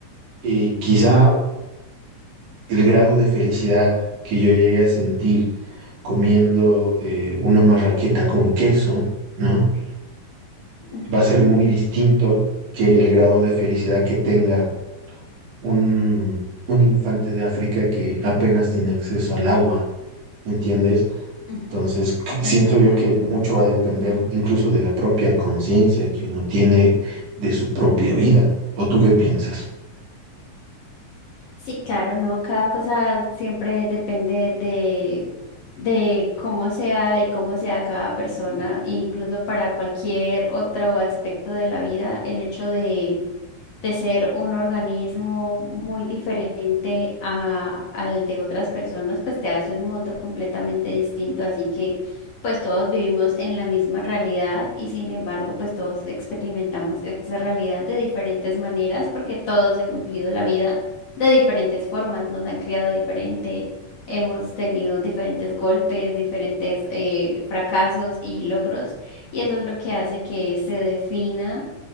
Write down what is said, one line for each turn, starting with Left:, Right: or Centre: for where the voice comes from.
Right: eh, quizá el grado de felicidad que yo llegué a sentir comiendo eh, una marraqueta con queso, ¿no?
Left: ujú,
Right: Va a ser muy distinto que el grado de felicidad que tenga un, un infante de África que apenas tiene acceso al agua, ¿me entiendes?
Left: ujú,
Right: Entonces, que-
Left: Es
Right: siento
Left: verdad.
Right: yo que mucho va a depender incluso de la propia conciencia que uno tiene de su propia vida. ¿O tú qué piensas?
Left: Sí, claro, no, cada cosa siempre depende de, de cómo sea y cómo sea cada persona, e incluso para cualquier otro aspecto de la vida, el hecho de de ser un organismo muy diferente a- al de otras personas, pues te hace un mundo completamente distinto. Así que pues todos vivimos en la misma realidad y sin embargo pues todos experimentamos esa realidad de diferentes maneras porque todos hemos vivido la vida de diferentes formas, nos han criado diferente. Hemos tenido diferentes golpes, diferentes eh, fracasos y logros, y eso es lo que hace que se defina